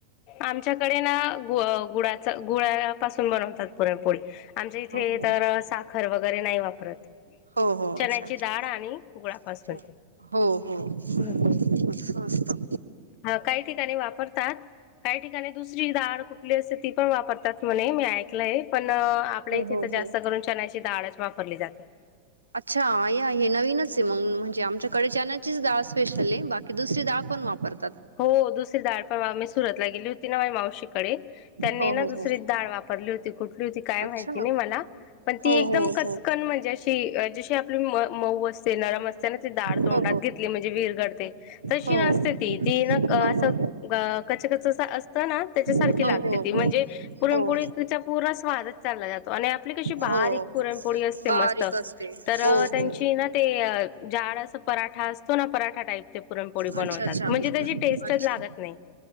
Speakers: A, on the left; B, on the right.
A: आमच्याकडे ना गु गुळाच गुळा पाासून बनवतात पुरणपोळी. आमच्या इथे
B: हो हो
A: तर साखर वगैर वगैरे नाही वापरत.
B: हो हो
A: चण्याची
B: अच्छा अच्छा
A: डाळ आणि गुळापासून
B: हो हो मस्त
A: हम्म हम्म हा काही ठिकाणी वापरतात काही ठिकाणी दुसरी डाळ कुठली असेल ती पण वापरतात. म्हणे मी ऐकलंय पण न.. आपल्या
B: हो
A: इथे
B: हो
A: तर जास्त
B: हो.
A: करून चण्याची डाळच वापरली जाते
B: अच्छा आहे आहे नवीनच आहे मग म्हणजे आमच्याकडे चन्याचीच डाळ स्पेशल आहे बाकी दुसरी डाळ पण वापरते
A: हो दुसरी दाड पण आम्हीच सुरतला गेली होती ना मावशी कडे त्यांनी
B: हो
A: हाय ना
B: हो
A: दुसरीच
B: हो
A: डाळ वापरली होती कुठली माहिती
B: अच्छा
A: नाही मला. पण ती
B: हो
A: एकदम
B: हो
A: कचकन
B: हो
A: म्हणजे अशी.. जशी म.. मऊ असे नरमच चन्याची दाळ तोंडात
B: हो
A: घेतली म्हणजे विरघळते तशी
B: हो
A: नसते
B: हो
A: ती ग. अस
B: हो हो
A: ग.. कच कच असतं ना त्याच्यासारखी
B: हो
A: लागते
B: हो
A: ती म्हणजे
B: हो
A: पुरणपोळीचा
B: हो
A: पुरा स्वादच चालला जातो आणि आपली कशी बारीक
B: हो
A: पुरणपोळी असते
B: बारीक
A: मस्त
B: असते
A: तर
B: हो
A: त्यांची
B: हो
A: ना ते जाड असं पराठा असतो ना पराठा टाईप ते पुरणपोळी बनवतात
B: अच्छा अच्छा
A: म्हणजे त्याची टेस्टच
B: अच्छा
A: लागत नाही